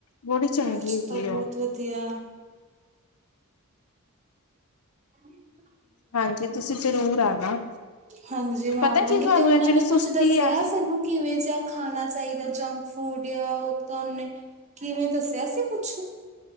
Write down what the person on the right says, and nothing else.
ਅੱਛਾ
ਤਾਂ ਬਹੁਤ
ਵਧੀਆ ਹ <inaudible>
ਹਾਂਜੀ ਮੈਂ
ਆਵਾਂਗੀ
ਤੇ ਉਹਨਾਂ
ਨੇ
ਕੁੱਛ ਦੱਸਿਆ
ਸਾਨੂੰ ਕਿਵੇਂ ਜਿਹਾ ਖਾਣਾ ਚਾਹੀਦਾ ਜੰਕ ਫੂਡ ਜਾਂ ਹੋ ਤਾਂ ਉਹਨੇ ਕਿਵੇਂ ਦੱਸਿਆ ਸੀ ਕੁੱਛ